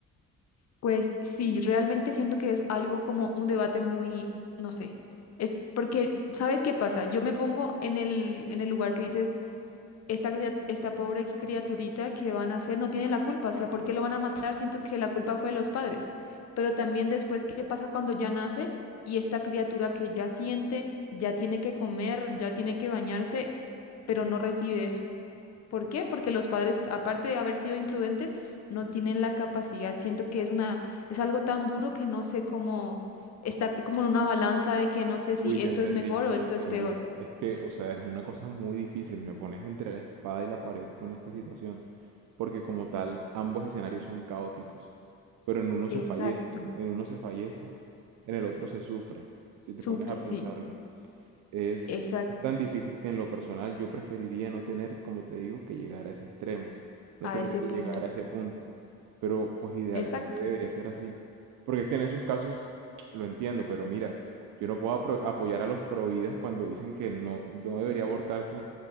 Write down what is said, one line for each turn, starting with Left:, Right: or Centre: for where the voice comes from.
Left: Pues sí, realmente siento que es algo como un debate muy, no sé, es porque, ¿sabes qué pasa? Yo me pongo en el, en el lugar que dices, esta, cria- esta pobre criaturita que van a hacer no tiene la culpa, o sea, ¿por qué lo van a matar? Siento que la culpa fue de los padres, pero también después, ¿qué pasa cuando ya nace y esta criatura que ya siente, ya tiene que comer, ya tiene que bañarse, pero no recibe eso? ¿Por qué? Porque los padres, aparte de haber sido imprudentes, no tienen la capacidad. Siento que es una, es algo tan duro que no sé cómo, está como en una balanza de que no sé si
Right: Uy, te
Left: esto
Right: entendí,
Left: es mejor o esto
Right: te entendí.
Left: es peor.
Right: Es que, o sea, es una cosa muy difícil, me pones entre la espada y la pared con esta situación, porque como tal, ambos escenarios son caóticos, pero en uno
Left: Exacto.
Right: se fallece, en uno se fallece, en el otro se sufre, si te
Left: Sufre,
Right: pones a
Left: sí.
Right: pensarlo. Es
Left: Exacto.
Right: tan difícil que en lo personal yo preferiría no tener, como te digo, que llegar a ese extremo, no
Left: A
Right: tener
Left: ese
Right: que
Left: punto.
Right: llegar a ese punto. Pero pues idealmente
Left: Exacto.
Right: debería ser así. Porque es que en esos casos <tsk> lo entiendo, pero mira, yo no puedo apro- apoyar a los providas cuando dicen que no, no debería abortarse